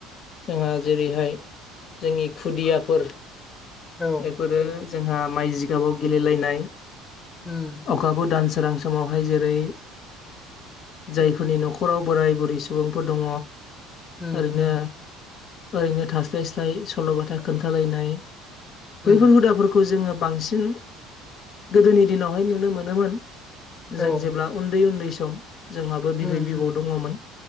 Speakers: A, on the left; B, on the left.
A: जोंहा जेरैहाय जोंनि खुदियाफोर
B: औ
A: फोरो जोंहा माइ जिगाबाव गेलेलनाय
B: उम
A: अखाबो दान सोरां समावहाय जेरै जायफोरनि न'खराव बोराय बुरै सुबुंफोर दङ
B: उम
A: ओरैनो ओरैनो थास्लाय स्लाय सल'बाथा खोन्थालायनाय बैफोर
B: उम
A: हुदाफोरखौ जोङो बांसिन गोदोनि दिनावहाय नुनो मोनोमोन
B: औ
A: जों जेब्ला उन्दै उन्दै सम, जोंहाबो बिबै
B: उम
A: बिबौ
B: उम
A: दङमोन,